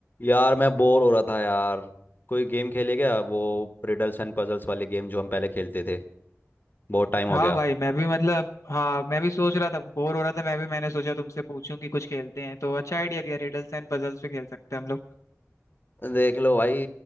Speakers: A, on the left; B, on the left.
A: यार मैं बोर हो रहा था यार कोई गेम खेले क्या वो रिडल्स एंड पजल्स वाली गेम जो हम पहले खेलते थे बहुत टाइम हो
B: हाँ
A: गया
B: भाई मैं भी मतलब हाँ मैं भी सोच रहा था बोर हो रहा था मैं भी मैंने सोचा तुमसे पूछूं कि कुछ खेलते हैं तो अच्छा आइडिया दिया रिडल्स एंड पजल्स पे खेल सकते हैं हम लोग
A: देख लो भाई